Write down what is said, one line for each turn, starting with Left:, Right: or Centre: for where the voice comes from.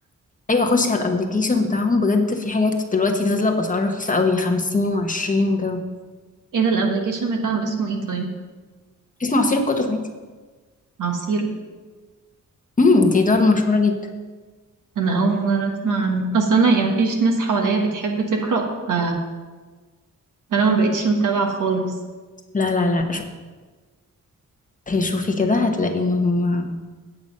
Left: أيوة أخش على الأبليكيشن بتاعهم بجد في حاجات دلوقتي نازلة بأسعار رخيصة قوي خمسين وعشرين وكده
Right: ايه ده الابلكيشن بتاعهم اسمه ايه طيب
Left: اسمه عصير الكتب عادي
Right: عصير
Left: امم دي دار مشهورة جدا
Right: انا اول مره اسمع عنه اصل انا يعني مفيش ناس حواليا بتحب تقرا ف... فانا ما بقتش متابعه خالص
Left: لا لا لا شوفي شوفي كده هتلاقي إن هما